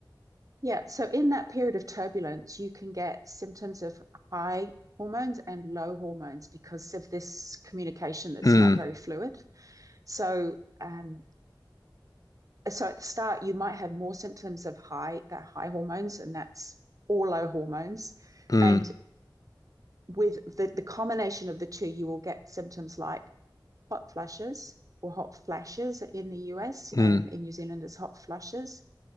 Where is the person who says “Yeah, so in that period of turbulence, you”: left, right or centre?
Right